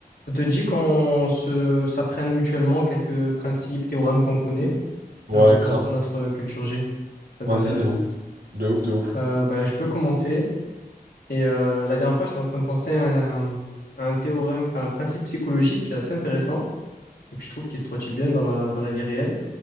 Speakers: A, on the left; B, on the right.
A: Ça te dit qu'on se s'apprenne mutuellement quelques principes, théorèmes qu'on connaît,
B: Ouais,
A: euh, augmentera
B: grave.
A: notre culture G. Ça
B: Vas-y,
A: t'intéresse?
B: de ouf. De ouf, de ouf.
A: Euh, bah, je peux commencer. Et euh, la dernière fois, j'étais en train de penser à un, à un théorème, enfin un principe psychologique qui est assez intéressant et que je trouve qui se traduit bien dans la, dans la vie réelle.